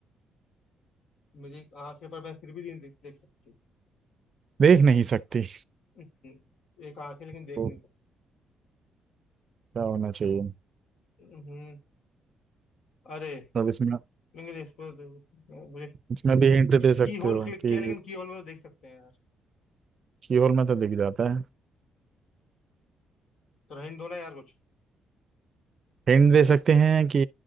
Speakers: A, on the left (about 70°); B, on the right (about 45°).
A: मेरी आंखें पर मैं फिर भी नहीं देख, देख सकती
B: देख नहीं सकती
A: हम्म, एक आंखें लेकिन देख
B: तो
A: नहीं
B: क्या होना चाहिए
A: सकती हम्म, अरे
B: अब इसमें
A: लेकिन इस पर तो मुझे
B: इसमें भी हिंट
A: की,
B: दे
A: की
B: सकते
A: होल
B: हो
A: क्लिक
B: कि
A: किया लेकिन की होल में तो देख सकते हैं यार
B: शीहोर में तो दिख जाता है
A: तो रहने दो ना यार कुछ
B: हिंट दे सकते हैं कि